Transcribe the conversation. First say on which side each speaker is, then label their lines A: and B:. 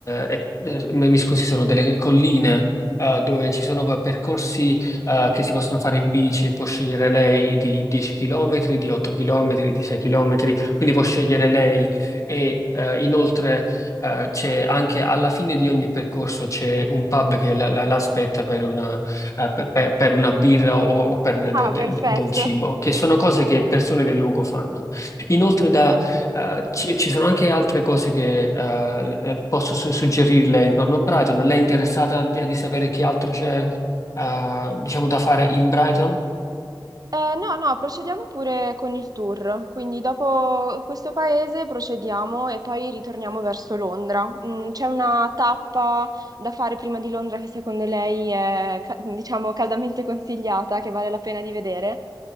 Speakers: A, on the left; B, on the right.
A: eh, e- eh, mi scusi, sono delle colline eh, dove ci sono eh, percorsi eh, che si possono fare in bici, può scegliere lei di 10 km, di 8 km, di 6 km, quindi può scegliere lei e eh, inoltre eh, c'è anche alla fine di ogni percorso c'è un pub che la- la- l'aspetta per una, eh, per, per- per una birra o, o per
B: Ah,
A: de- de-
B: perfetto.
A: de- del cibo, che sono cose che persone del luogo fanno. Inoltre da, eh, ci, ci sono anche altre cose che eh, posso su- suggerirle intorno a Brighton. Lei è interessata di, di sapere che altro c'è eh, diciamo, da fare in Brighton?
B: Eh, no, no, procediamo pure con il tour. Quindi dopo questo paese procediamo e poi ritorniamo verso Londra. Mm, c'è una tappa da fare prima di Londra che secondo lei è, ca- diciamo, caldamente consigliata, che vale la pena di vedere?